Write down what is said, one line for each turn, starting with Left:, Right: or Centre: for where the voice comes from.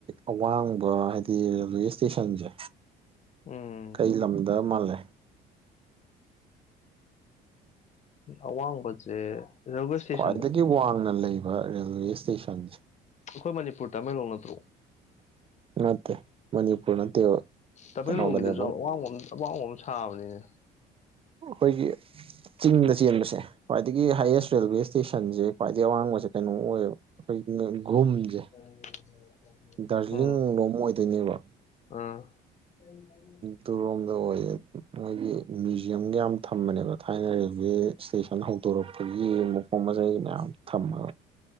Right: ꯑꯋꯥꯡꯕ ꯍꯥꯏꯗꯤ ꯔꯦꯜꯋꯦ ꯏꯁꯇꯦꯁꯟꯁꯦ
Left: ꯎꯝ
Right: ꯀꯩ ꯂꯝꯗ ꯃꯥꯜꯂꯤ
Left: ꯑꯋꯥꯡꯕꯁꯦ ꯔꯦꯜꯋꯦ ꯏꯁꯇꯦꯁꯟꯗ
Right: ꯈ꯭ꯋꯥꯏꯗꯒꯤ ꯋꯥꯡꯅ ꯂꯩꯕ ꯔꯦꯜꯋꯦ ꯏꯁꯇꯦꯁꯟꯁꯦ
Left: ꯑꯩꯈꯣꯏ ꯃꯅꯤꯄꯨꯔ ꯇꯃꯦꯡꯂꯣꯡ ꯅꯠꯇ꯭ꯔꯣ
Right: ꯅꯠꯇꯦ ꯃꯅꯤꯄꯨꯔ ꯅꯠꯇꯦꯕ
Left: ꯇꯃꯦꯡꯂꯣꯡꯒꯤꯗꯁꯨ
Right: ꯀꯩꯅꯣꯗꯅꯦ
Left: ꯑꯋꯥꯡꯕ ꯑꯃ ꯑꯋꯥꯡꯕ ꯑꯃ ꯁꯥꯕꯅꯤꯅꯦ
Right: ꯑꯩꯈꯣꯏꯒꯤ ꯆꯤꯡꯗ ꯆꯦꯟꯕꯁꯦ ꯈ꯭ꯋꯥꯏꯗꯒꯤ ꯍꯥꯏꯌꯦꯁ ꯔꯦꯜꯋꯦ ꯏꯁꯇꯦꯁꯟꯁꯦ ꯈ꯭ꯋꯥꯏꯗꯒꯤ ꯑꯋꯥꯡꯕꯁꯦ ꯀꯩꯅꯣ ꯑꯣꯏꯌꯦꯕ ꯑꯩꯈꯣꯏ ꯅꯦꯒꯨꯝꯖꯦ
Left: <inaudible>
Right: ꯗꯥꯔꯖꯤꯂꯤꯡ
Left: ꯎꯝ
Right: ꯂꯣꯝ ꯑꯣꯏꯗꯣꯏꯅꯦꯕ
Left: ꯑꯥ <unintelligible>
Right: ꯗꯨꯔꯣꯝꯗ ꯑꯣꯏꯌꯦ ꯃꯣꯏꯒꯤ ꯃꯨꯏ ꯖꯤꯌꯝꯒ ꯌꯥꯝ ꯊꯝꯕꯅꯦꯕ ꯊꯥꯏꯅꯗꯒꯤ ꯔꯦꯜꯋꯦ ꯏꯁꯇꯦꯁꯟ ꯍꯧꯗꯣꯔꯛꯄꯒꯤ ꯃꯄꯣꯠ ꯃꯆꯩ ꯃꯌꯥꯝ ꯊꯝꯃꯒ